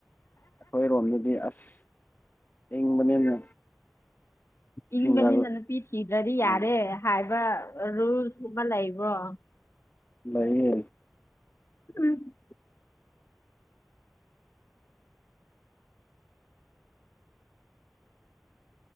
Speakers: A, on the left; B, on the left.
A: ꯑꯩꯈꯣꯏꯔꯣꯝꯗꯗꯤ ꯑꯁ ꯏꯪꯕꯅꯤꯅ ꯁꯤꯡꯒꯜ
B: ꯏꯪꯕꯅꯤꯅ ꯅꯨꯄꯤ ꯊꯤꯗ꯭ꯔꯗꯤ ꯌꯥꯔꯦ
A: ꯎꯝ
B: ꯍꯥꯏꯕ ꯔꯨꯜꯁꯨꯝ ꯑꯃ ꯂꯩꯕ ꯋꯥ
A: ꯅꯌꯦ
B: ꯎꯝ